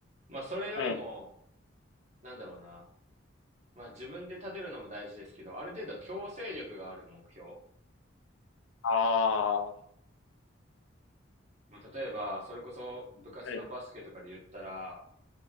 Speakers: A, on the right; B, on the left.
A: まあそれよりも、
B: はい。
A: なんだろうな、まあ自分で立てるのも大事ですけど、ある程度強制力がある目標。
B: ああー。
A: まあ例えば、それこそ部活のバスケとかで言ったら、
B: はい。